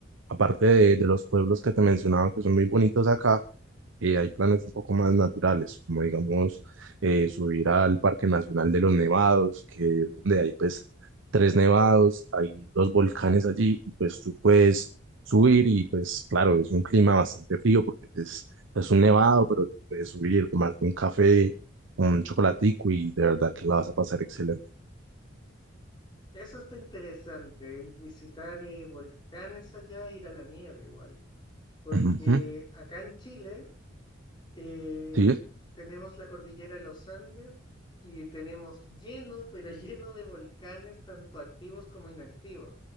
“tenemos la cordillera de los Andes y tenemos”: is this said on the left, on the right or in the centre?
Left